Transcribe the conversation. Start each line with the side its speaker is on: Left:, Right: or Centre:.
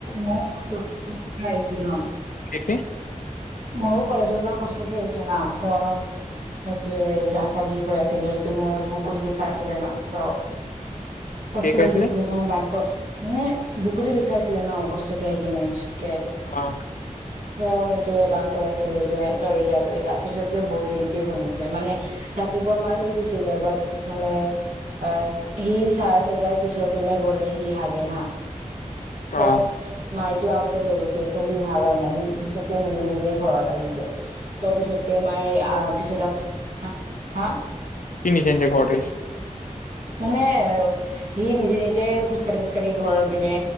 Right: মই কৈছো কষ্ট এটা আহিছে ন
Left: কি কি
Right: ময়ো কলেজৰ পৰা কষ্ট কে আহিছো না, চ সেইটোৱে গা চাহ বিষ হৈ আছিলে ইপিনে বুকুৰ বিষাইছিলে না চ কষ্ট
Left: কি কৈ
Right: লাগি আছিলে সেইকাৰণে বাক মানে বুকুতো বিষাই আছিলে ন অ কষ্টকেয় কিনোৰ পিছতকে
Left: অ
Right: চ সেইটোৱে বাক কৈ আছে ছিল যে য য পিছত বহুত দেৰিকে শুনিছে মানে ৰাতিপুৱা মাই লৈ গৈছিলে বাট মানে অ সি চাৰ ছয়টাৰ পিছৰ পিনে গ'লে সি হা এ হা চ
Left: অ
Right: মাইক টো আগতে লৈ গৈছে চ' সি হাগাই চনত নাই সি পিছতকে নিজে নিজেই ঘৰত আহিছে চ' পিছত মাই আহ পিছত, ক হ হা?
Left: সি নিজে নিজে ঘৰত আহিছে
Right: মানে সি নিজে নিজে খোজকাঢ়ি খালি ঘৰৰ পিনে